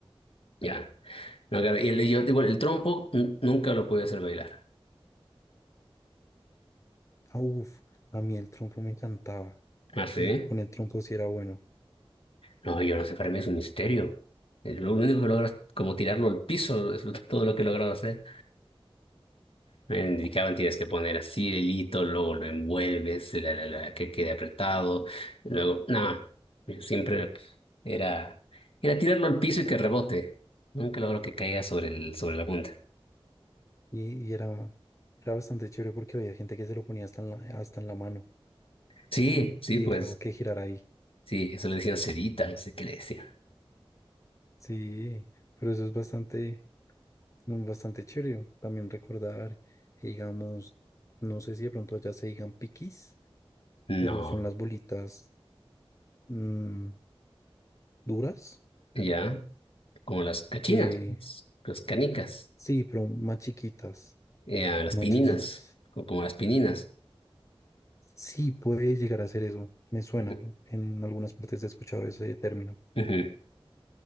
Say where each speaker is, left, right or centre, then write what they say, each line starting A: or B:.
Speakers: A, on the left; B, on the left.
A: ya. No, claro, y el, yo, igual el trompo n- nunca lo pude hacer bailar.
B: Ah, uf, a mí el trompo me encantaba.
A: ¿Ah, sí?
B: eh, con el trompo sí era bueno.
A: No, yo no sé, para mí es un misterio. Eh, Lo único que logro es como tirarlo al piso, es lo- todo lo que he logrado hacer. Me indicaban tienes que poner así el hilito, luego lo envuelves, la, la, la, que quede apretado, luego, nada, yo siempre era, era tirarlo al piso y que rebote, nunca logro que caiga sobre el, sobre la punta.
B: Y, y era, era bastante chévere porque había gente que se lo ponía hasta en la, hasta en la mano
A: Sí, sí,
B: y
A: pues,
B: dejaba que girara ahí.
A: sí, eso le decían cerita, no sé qué le decían.
B: Sí, pero eso es bastante, mm, bastante chévere. También recordar, digamos, no sé si de pronto allá se digan piquis,
A: No,
B: pero son las bolitas mm, duras
A: ya, como las cachinas,
B: Eh,
A: pues, las canicas,
B: sí, pero más chiquitas,
A: eh, las
B: más
A: pininas,
B: chiquitas.
A: o como las pininas.
B: Sí, puede llegar a ser eso. Me suena.
A: Ujú,
B: En algunas partes he escuchado ese término.
A: ujú,